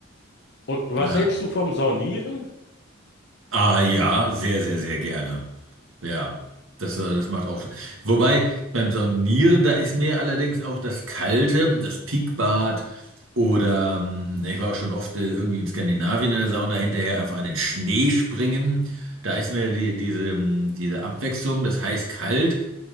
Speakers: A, on the left; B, on the right.
A: Und was
B: Ja.
A: hältst du vom Saunieren?
B: Ah ja, sehr, sehr, sehr gerne. Ja, das, äh, das macht auch. Wobei beim Saunieren, da ist mir allerdings auch das Kalte, das Peakbad oder ähm, ich war auch schon oft äh, irgendwie in Skandinavien in der Sauna hinterher einfach an den Schnee springen. Da ist mir die, diese, ähm, diese Abwechslung, das heiß-kalt,